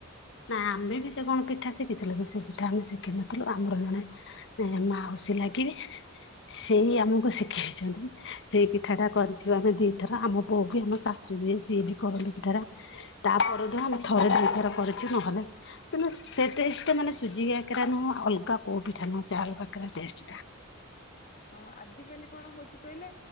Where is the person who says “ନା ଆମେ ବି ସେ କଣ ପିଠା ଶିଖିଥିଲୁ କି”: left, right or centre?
Left